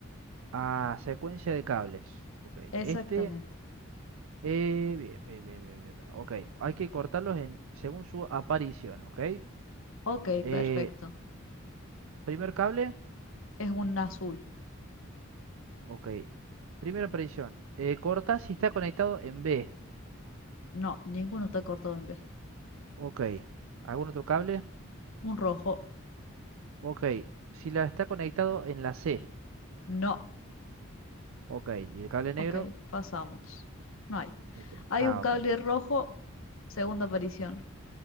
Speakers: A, on the right; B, on the left.
A: Ah, secuencia de cables. Ok,
B: Exactamente.
A: este. eh, bien, bien, bien, bien, bien. bien. Ok, hay que cortarlos en, según su aparición, ok.
B: Ok,
A: Eh,
B: perfecto.
A: primer cable,
B: Es un azul.
A: ok. Primera aparición. Eh, corta si está conectado en B.
B: No, ninguno está cortado en B.
A: Ok. ¿Algún otro cable?
B: Un rojo.
A: Ok. Si la está conectado en la C.
B: No.
A: Ok. ¿Y el cable negro?
B: Ok, pasamos. No hay.
A: Ok.
B: Hay
A: Ah,
B: un cable
A: ok.
B: rojo, segunda aparición.